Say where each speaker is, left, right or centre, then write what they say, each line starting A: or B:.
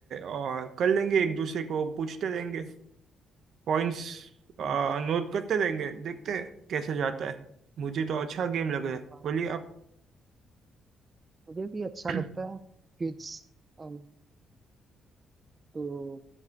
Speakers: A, on the right; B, on the right.
A: और कर लेंगे एक दूसरे को पूछते रहेंगे पॉइंट्स
B: हम फिर से-
A: नोट करते रहेंगे देखते हैं कैसे जाता है मुझे तो अच्छा गेम लग रहा है
B: हाँ,
A: बोलिए आप
B: मुझे भी अच्छा
A: <clears throat>
B: लगता है कुछ अम, तो